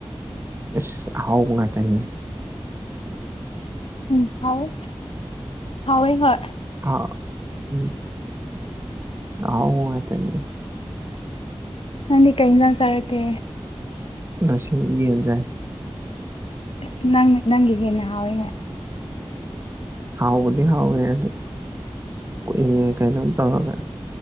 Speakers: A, on the right; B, on the left.
A: ꯏꯁ ꯑꯍꯥꯎꯕ ꯉꯥꯛꯇꯅꯤꯅꯦ
B: ꯎꯝ ꯍꯥꯎꯋꯦ ꯍꯥꯎꯋꯦ ꯍꯣꯏ
A: ꯍꯥꯎ ꯎꯝ ꯑꯍꯥꯎꯕ ꯉꯥꯇꯅꯤ
B: ꯅꯪꯗꯤ ꯀꯩꯏꯟꯖꯥꯡ ꯆꯥꯔꯛꯀꯦ
A: ꯉꯁꯤ ꯌꯦꯟ ꯆꯥꯏ
B: ꯑꯁ ꯅꯪ ꯅꯪꯒꯤ ꯍꯦꯟꯅ ꯍꯥꯎꯋꯤꯅꯦ
A: ꯍꯥꯎꯕꯗꯤ ꯍꯥꯎꯋꯦ ꯑꯗꯣ ꯀꯣꯛꯑꯦꯌꯦ ꯀꯩꯅꯣ ꯇꯧꯔꯒ